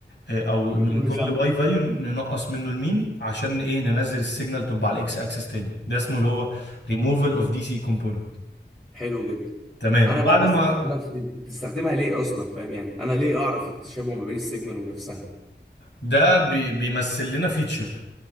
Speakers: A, on the left; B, in the centre.
A: آه، او من
B: من كل
A: كل
B: سامبل
A: واي فاليو ننقص منه المين عشان ايه ننزل السيجنال تبقى على الاكس اكسس تاني ده اسمه اللي هو ريموفال اوف دي سي كومبوننت
B: حلو جدا
A: تمام
B: انا
A: بعد
B: بقى بس
A: ما
B: انا في- بتستخدمها ليه اصلا فاهم يعني انا ليه اعرف التشابه ما بين السيجنال ونفسها
A: ده بي بيمثل لنا فيتشر